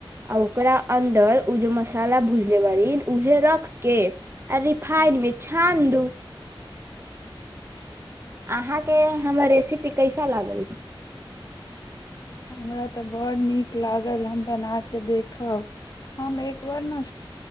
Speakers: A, on the right; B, on the left.
A: आ ओकरा अन्दर ओ जे मसाला भुज। देबालन उहे रख के। आ रिफाइनमे छानि दू। अहाँ के हमर रेसिपी। ते कैसा लागल।
B: हमरा तऽ बड़ नीक लागल हम बनाके देखब। हमे। बर ने